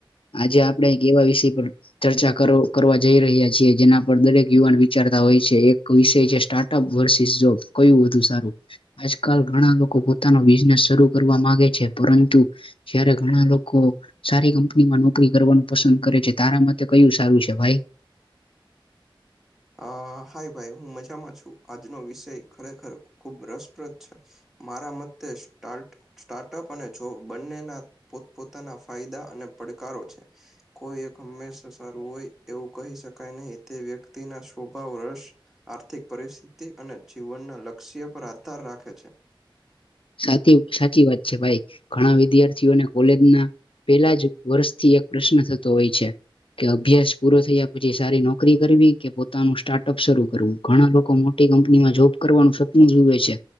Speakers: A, on the left; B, in the centre.
A: આજે આપડે એવા વિષય પર ચર્ચા કરો કરવા જઈ રહ્યા છીએ જેના પર દરેક યુવાન વિચારતા હોય છે એક વિષય છે સ્ટાર્ટ અપ વર્ષિસ જો કયું વધુ સારું. આજકાલ ઘણા લોકો પોતાનો બિઝનેસ શરૂ કરવા માંગે છે પરંતુ જ્યારે ઘણા લોકો સારી કંપની માં નોકરી કરવાનું પસંદ કરે છે તારા માટે કયું સારું છે ભાઈ.
B: હ હાય ભાઈ હું મજામાં છું આજનો વિષય ખરેખર ખુબ રસપ્રદ છે. મારા મતે સ્ટાર્ટ સ્ટાર્ટઅપ અને જોબ બંનેના પોત પોતાના ફાયદા અને પડકારો છે. કોઈ એક હંમેશા સારું હોય એવું કહી શકાય નહીં તે વ્યક્તિના સ્વભાવ રસ આર્થિક પરિસ્થિતિ અને જીવનના લક્ષ્ય પર આધાર રાખે છે.
A: સાચી સાચી વાત છે ભાઈ ઘણા વિદ્યાર્થીઓને કોલેજના પેહલા જ વર્ષથી એક પ્રશ્ન થતો હોય છે. કે અભ્યાસ પૂરો થયા પછી સારી નોકરી કરવી કે પોતાનું સ્ટાર્ટઅપ શરૂ કરવું ઘણાં લોકો મો ટી કંપનીમાં જોબ કરવાનું સપનું જોવે છે